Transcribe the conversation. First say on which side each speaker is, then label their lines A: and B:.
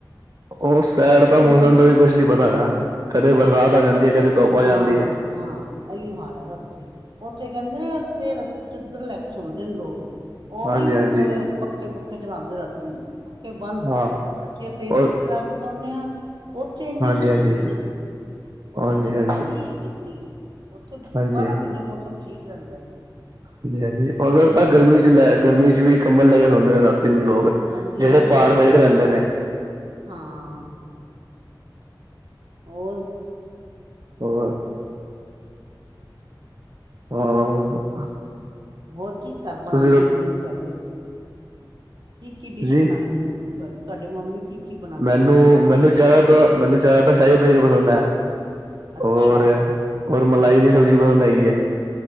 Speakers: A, on the right; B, on the right.
A: ਉਸ ਸੈਡ ਤਾਂ ਮੌਸਮ
B: ਹੁਣ
A: ਦਾ ਵੀ ਕੁਝ ਨੀ ਪਤਾ ਹੈਗਾ, ਕਦੇ ਬਰਸਾਤ
B: ਉੱਥੇ
A: ਆ ਜਾਂਦੀ ਐ, ਕਦੇ ਧੁੱਪ ਆ ਜਾਂਦੀ
B: ਹਾਂ
A: ਐ।
B: ਹਾਂ, ਇਓ ਹਾਲ ਹੈਗਾ ਇਥੇ। ਉੱਥੇ ਕਹਿੰਦੇ ਨੇ ਉੱਥੇ ਰਾਤੀਂ ਚੱਦਰ ਲੈ ਕੇ ਸੌਂਦੇ ਨੇ ਲੋਗ ਉਹ
A: ਹਾਂਜੀ-ਹਾਂਜੀ
B: ਨੀ ਮਤਲਬ ਪੱਖੇ ਪੱਖੇ ਚਲਾਉਂਦੇ ਰਾਤੀ ਪੱਖੇ ਬੰਦ
A: ਹਾਂ
B: ਅਸੀਂ ਇੱਥੇ ਏ ਸੀ
A: ਔਰ
B: ਲਾ ਕੇ ਸੌਦੇ ਆ ਉਥੇ ਇੰਜਿਸ
A: ਹਾਂਜੀ-ਹਾਂਜੀ,
B: ਸੌ ਜਾਂਦੇ
A: ਹਾਂਜੀ-ਹਾਂਜੀ,
B: ਉੱਥੇ ਗਰਮੀ
A: ਹਾਂਜੀ। ਹਾਂਜੀ
B: ਨਹੀਂ <unintelligible> ਉੱਥੇ
A: ਹਾਂਜੀ
B: ਬਾਰਾਂ ਮਹੀਨੇ ਮੌਸਮ ਠੀਕ ਰਹਿੰਦਾ
A: ਹਾਂਜੀ ਹਾਂਜੀ ਉਧਰ ਤਾਂ ਗਰਮੀ
B: ਹੋ
A: ਚ ਲੈ ਗਰਮੀ ਚ ਵੀ ਕੰਬਲ ਲੈ ਕੇ ਸੌਂਦੇ ਨੇ ਰਾ ਤਿੰਨ ਲੋਕ
B: ਹਾਂਜੀ
A: ਜਿਹੜੇ
B: ਹਾਂਜੀ
A: ਪਹਾੜ ਸਾਈਡ ਰਹਿੰਦੇ ਨੇ।
B: ਹਾਂ। ਹੋਰ
A: ਹੋਰ। ਹਾਂ।
B: ਹੋਰ ਕੀ ਘਰ ਬਣਾਉਂਦੀ
A: ਤੁਸੀਂ ਰੋ
B: ਮੰਮੀ ਤੁਹਾਡੇ ਕੀ ਕੀ ਡਿਸ਼
A: ਜੀ
B: ਬਣਾਉਂਦੀ ਮੰਮੀ। ਡ ਤੁਹਾਡੇ ਮੰਮੀ ਕੀ ਕੀ ਬਣਾਉਂਦੇ
A: ਮੈਨੂੰ
B: ਨੇ ਕੀ
A: ਮੈਨੂੰ ਜ਼ਿਆਦਾਤਰ ਮੈਨੂੰ ਜ਼ਿਆਦਾਤਰ ਸ਼ਾਹੀ ਪਨੀਰ ਪਸੰਦ ਐ।
B: ਅੱਛਾ
A: ਹੋਰ ਹੋਰ ਮਲਾਈ ਦੀ ਸਬਜ਼ੀ ਪਸੰਦ ਹੇਗੀ ਏ।